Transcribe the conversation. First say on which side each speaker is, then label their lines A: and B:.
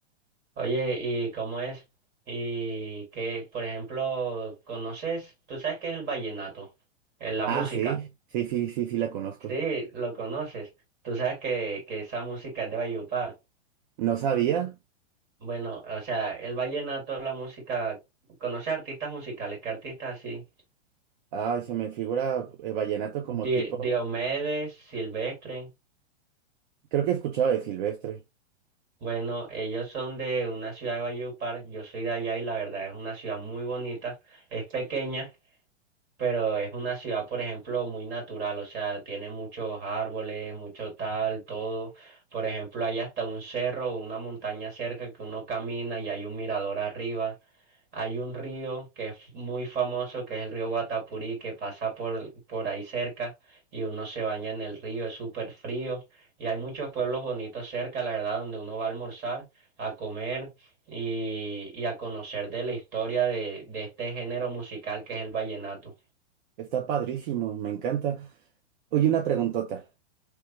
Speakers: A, on the right; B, on the right.
A: Oye, ¿y cómo es? Y qué por ejemplo, ¿conoces? ¿Tú sabes qué es el vallenato? Eh, la
B: Ah,
A: música.
B: sí, sí, sí, sí, sí, la conozco.
A: Sí, lo conoces. Tú sabes que, que esa música es de Valledupar.
B: No sabía.
A: Bueno, o sea, el vallenato, la música, conoce artistas musicales, ¿qué artistas así?
B: Ay, se me figura eh, vallenato
A: Di-
B: como tipo.
A: Diomedes, Silvestre.
B: Creo que he escuchado de Silvestre.
A: Bueno, ellos son de una ciudad de Valledupar, yo soy de allá y la verdad es una ciudad muy bonita, es pequeña. pero es una ciudad, por ejemplo, muy natural, o sea, tiene muchos árboles, mucho tal, todo. Por ejemplo, hay hasta un cerro o una montaña cerca que uno camina y hay un mirador arriba. Hay un río que es muy famoso, que es el río Guatapurí, que pasa por, por ahí cerca y uno se baña en el río, es súper frío. Y hay muchos pueblos bonitos cerca, la verdad, donde uno va a almorzar, a comer y, y a conocer de la historia de, de este género musical que es el vallenato.
B: Está padrísimo, me encanta. Oye, una preguntota.